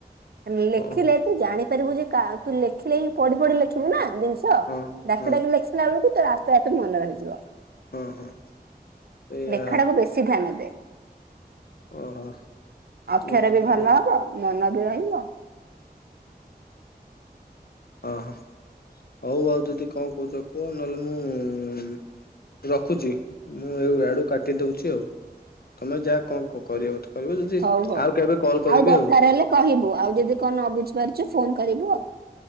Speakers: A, on the right; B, on the left.
A: ଲେଖିଲେ
B: ହଁ ହଁ
A: ତୁ ଜାଣିପାରିବୁ ଯେ କା ତୁ ଲେଖିଲେ ହିଁ ପଢି ପଢି ଲେଖିବୁ ନା ଜିନିଷ ସ
B: ହଁ
A: ଡାକି
B: ହଁ
A: ଡାକି ଲେଖିିଲା ବେଳକୁ ତାର ଆପେ ଆପେ ମନେ ରହିଯିବ।
B: ହଁ ହଁ। ସେଇଆ
A: ଲେଖାଟାକୁ ବେଶୀ ଧ୍ୟାନ ଦେ।
B: ଓହୋ।
A: ଅକ୍ଷର
B: ହୁଁ
A: ବି ଭଲ
B: ହଁ
A: ହବ, ମନ ବି ରହିବ।
B: ଓହୋ। ହଉ ଆଉ ଦିଦି କଣ କହୁଛ କୁହ? ନହେଲେ ମୁଁ ରଖୁଛି? ମୁଁ ଏଉ ଆଡୁ କାଟି ଦଉଛି ଆଉ, ତମେ ଯା କଣ କରିବ ବଧେ। କରିବ ଦିଦି
A: ହଉ ହଉ
B: ଆଉ କେବେ କଲ୍ କରିବି
A: ଦରକାର
B: ଆଉ।
A: ହେଲେ କହିବୁ ଆଉ ଯଦି କଣ ନ ବୁଝିପାରୁଛୁ ଫୋନ କରିବୁ ଆଉ।